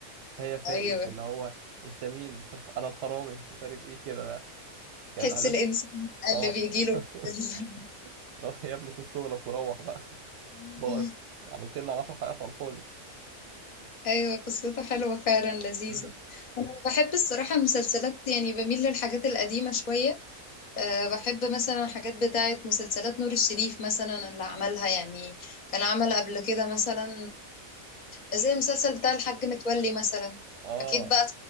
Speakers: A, on the right; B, on the left.
A: فهي فاقت
B: أيوه
A: اللي هو انت مين <laughs> انا الحرامي مش عارف ايه كده بقى كانت
B: تحس
A: احداث
B: الإنسان
A: اه
B: اللي بيجيله
A: <laughs>
B: ال-
A: روح يا ابني شوف شغلك وروح بقى <laughs>
B: <laughs>
A: بقى عملت لنا 10 حلقات على الفاضي
B: أيوه قصته حلوة فعلا لذيذة
A: امم
B: أنا بحب الصراحة المسلسلات يعني بميل للحاجات القديمة شوية أه بحب مثلا حاجات بتاعة مسلسلات نور الشريف مثلا اللي عملها يعني كان عمل قبل كده مثلا آه، زي المسلسل بتاع الحاج متولي مثلا
A: اه
B: أكيد بقى